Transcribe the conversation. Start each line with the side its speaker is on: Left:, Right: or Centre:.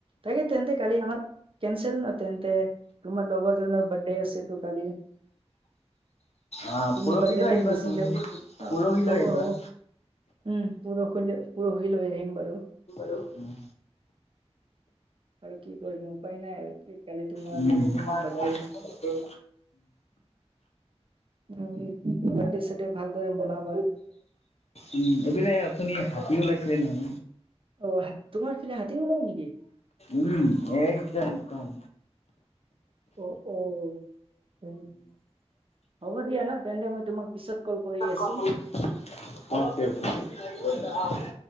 Right: তাকে তেন্তে কালি আমাৰ কেনচেল ন তেন্তে, তোমাৰ লগৰজনৰ বাৰ্থডে আছে কালি?
Left: অ',
Right: তুমি
Left: পৰহিলৈ
Right: বাৰ্থডেতে
Left: আহিবা
Right: গুচি
Left: তুমি
Right: যাব অ
Left: পৰহিলৈ
Right: হ'ব
Left: আহিবা।
Right: হ'ব উম, পৰহি পৰহিলৈ আহিম বাৰু।
Left: উম।
Right: আৰু কি কৰিবা উপায় নাই আৰু। কি কালি তোমাৰ
Left: উম,
Right: লগৰজনৰ
Left: উম।
Right: বাৰ্থডে উম, বাৰ্থডে চাৰ্থডে ভালদৰে মনাবা।
Left: উম, এইপিনে অথনি হাতী ওলাইছিলে নহয়।
Right: অ', তোমাৰ পিনে হাতী ওলাই নেকি?
Left: উম, এক জাক একদম।
Right: অ', অ' উম। হ'ব দিয়া ন, তেন্তে মই তোমাক পিছত ক'ল কৰি আছো
Left: অ'কে, অ'কে।